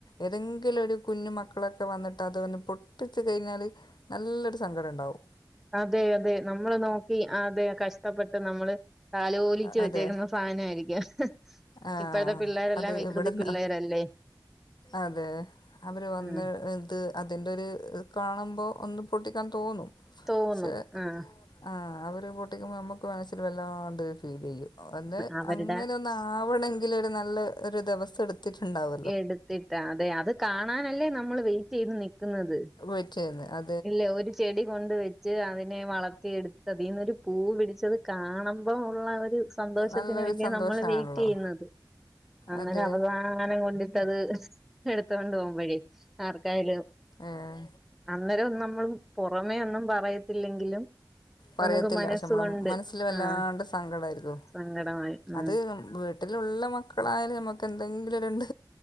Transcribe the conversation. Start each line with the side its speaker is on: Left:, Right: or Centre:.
Left: ഏതെങ്കിലും ഒരു കുഞ്ഞു മക്കളൊക്കെ വന്നിട്ട് അത് വന്ന് പൊട്ടിച്ച് കയിഞ്ഞാല്. നല്ലൊരു സങ്കട ണ്ടാവും.
Centre: അതെ, അതെ നമ്മള് നോക്കി അതെ കഷ്ടപ്പെട്ട് നമ്മള് താലോലിച്ചു
Left: അതെ
Centre: വെച്ചേക്കുന്ന. സാനായിരിക്കും
Left: ആഹ്
Centre: ഇപ്പോഴത്തെ പിള്ളേരെല്ലാം
Left: അത്
Centre: വികൃതി
Left: ഇവിടെന്ന്
Centre: പിള്ളേരല്ലെ.
Left: അതെ അവര് വന്ന്
Centre: ഉം
Left: ഇത്. അതിന്റെ ഒരു കാണുമ്പോ ഒന്ന് പൊട്ടിക്കാൻ തോന്നും.
Centre: തോന്നും
Left: പക്ഷെ
Centre: ആഹ്.
Left: ആഹ് അവര് പൊട്ടിക്കുമ്പോ മ്മക്ക് മനസ്സില് വല്ലാണ്ടൊര് ഫീലീയ്യും ഒന്ന്
Centre: അവരുടെ
Left: അങ്ങനെ. ന്നാവണെങ്കില് ഒരു നല്ല ഒരു ദിവസം എടു ട്ടുണ്ടാവ
Centre: എടുത്തിട്ടാ അതെ അത് കാണാനല്ലേ നമ്മള് വെയിറ്റീത് നിക്ക്ന്നത്.
Left: വെച്ചിയുന്നെ അ
Centre: ഇല്ലെ ഒരു ചെടി കൊണ്ട് വെച്ച് അതിനെ വളർത്തിയെടു ത്തതീ ന്നൊരു പൂ പിടിച്ചത് കാണുമ്പം ഉള്ള ആഹ് ഒരു. രു സന്തോഷത്തിന്
Left: നല്ലൊരു
Centre: വേണ്ടിയാ
Left: സന്തോഷാണല്ലോ
Centre: നമ്മള് വെയിറ്റീയ്യുന്നത്. അങ്ങനെ
Left: അതെ
Centre: അവസാനം കൊണ്ടിട്ടത് എടുത്തോണ്ട് പോവുമ്പഴേ ആർക്കായാലും.
Left: ആഹ്.
Centre: അന്നേരം ഒന്നും നമ്മള് പൊറമേ ഒന്നും പറയത്തില്ലെങ്കിലും.
Left: പറയത്തില്ല
Centre: നമുക്ക് മനസ്സുകൊണ്ട്
Left: പക്ഷെ മ്മളെ മനസ്സില് വല്ലാണ്ട്
Centre: ആഹ്
Left: സങ്കട ആയിരിക്കോ
Centre: സങ്കടമായി ഉം
Left: അത് വീ നാട്ടിലുള്ള മക്കളായാലും നമക്ക് എന്തെങ്കിലും രണ്ട്